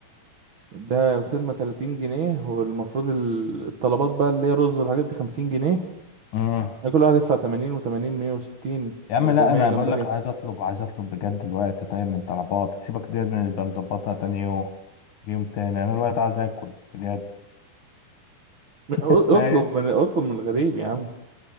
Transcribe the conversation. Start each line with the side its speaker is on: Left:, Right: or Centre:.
Right: ده الخدمة 30 جنيه والمفروض ال- الطلبات بقى اللي هي رز والحاجات دي 50 جنيه
Left: آه
Right: يعني كل واحد يدفع 80 و80 160
Left: يا عم
Right: و400
Left: لا انا
Right: جمبري
Left: بقول لك عايز اطلب عايز اطلب بجد الوقت طيب من طلبات سيبك دي نبقى نظبطها تاني يوم يوم تاني انا الوقت عايز اكل بجد
Right: م-
Left: <laughs> فاهم
Right: اطلب من اطلب من الغريب يا عم